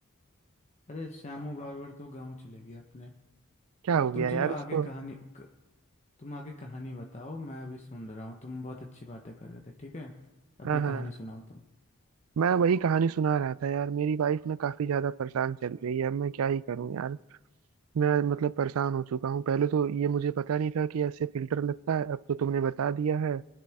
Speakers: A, on the left (about 35°); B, on the right (about 80°).
A: अरे श्यामू बारबर तो गाँव चले गए अपने
B: क्या
A: और
B: हो गया
A: तुम
B: यार
A: चलो आगे
B: उसको
A: कहानी क- तुम आगे कहानी बताओ मैं अभी सुन रहा हूँ तुम बहुत अच्छी बातें कर रहे थे ठीक है अपनी
B: हाँ
A: कहानी
B: हाँ
A: सुनाओ तुम
B: मैं वही कहानी सुना रहा था यार मेरी वाइफ ना काफी ज्यादा परेशान चल रही है अब मैं क्या ही करूँ यार मैं मतलब परेशान हो चुका हूँ पहले तो ये मुझे पता नहीं था कि ऐसे फिल्टर लगता है अब तो तुमने बता दिया है